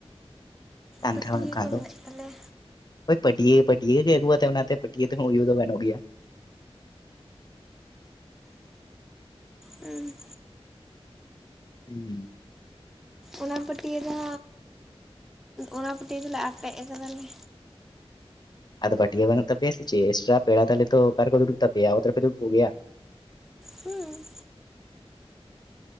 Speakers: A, on the left; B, in the centre.
A: ᱠᱟᱱᱛᱷᱟ
B: ᱯᱟᱹᱴᱭᱟᱹ
A: ᱵᱟᱱᱩᱜ ᱠᱷᱟᱱ
B: ᱠᱚ
A: ᱫᱚ᱾
B: ᱢᱮᱱᱟᱜ ᱛᱟᱞᱮᱭᱟ
A: ᱯᱟᱴᱭᱟᱹ ᱯᱟᱴᱭᱟᱹ ᱜᱮ ᱟᱜᱩ ᱠᱟᱛᱮᱜ ᱚᱱᱟ ᱛᱮ ᱤᱭᱟᱹ ᱛᱮᱦᱚᱸ ᱩᱭᱩ ᱫᱚ ᱜᱟᱱᱚᱜ ᱜᱮᱭᱟ᱾
B: ᱦᱮᱸ
A: ᱦᱩᱸ
B: ᱚᱱᱟ ᱯᱟᱹᱴᱭᱟᱹ ᱫᱚ, ᱚᱱᱟ ᱯᱟᱹᱴᱭᱟᱹ ᱫᱚᱞᱮ ᱟᱴᱮᱫ ᱟᱠᱟᱫᱟᱞᱮ᱾
A: ᱟᱫᱚ ᱯᱟᱹᱴᱭᱟᱹ ᱵᱟᱹᱱᱩᱜ ᱛᱟᱯᱮᱭᱟ ᱥᱮ ᱪᱮᱫ ᱮᱠᱥᱴᱨᱟ ᱯᱮᱲᱟ ᱛᱟᱦᱞᱮ ᱚᱟᱨᱮ ᱫᱩᱲᱩᱵ ᱛᱟᱯᱮᱭᱟ ᱚᱛ ᱨᱮᱯᱮ ᱫᱩᱲᱩᱵ ᱠᱚ ᱜᱮᱭᱟ?
B: ᱦᱩᱸ